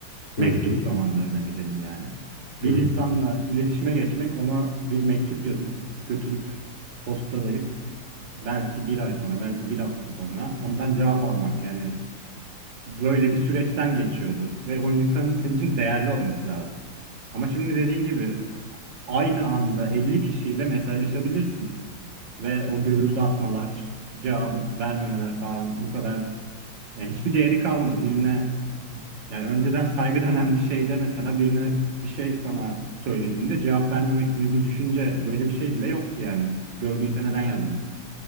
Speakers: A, on the right; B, on the left.
A: Mektup
B: Hı hı,
A: zamanlarına gidelim yani.
B: hı
A: Bir insanla
B: hı.
A: iletişime geçmek, ona bir mektup yazıp götürüp postalayıp belki bir ay sonra, belki bir hafta sonra ondan cevap almak yani böyle bir süreçten geçiyordu ve o insanın senin için değerli olması lazım. Ama şimdi dediğin gibi aynı anda 50 kişiyle mesajlaşabilirsin ve o görüldü atmalar, cevabı vermemeler falan bu kadar yani hiçbir değeri kalmadı. Birine yani önceden saygı denen bir şeyde mesela birine bir şey sana söylediğinde cevap vermemek gibi bir düşünce böyle bir şey bile yoktu yani. Gördüyse neden yazmasın?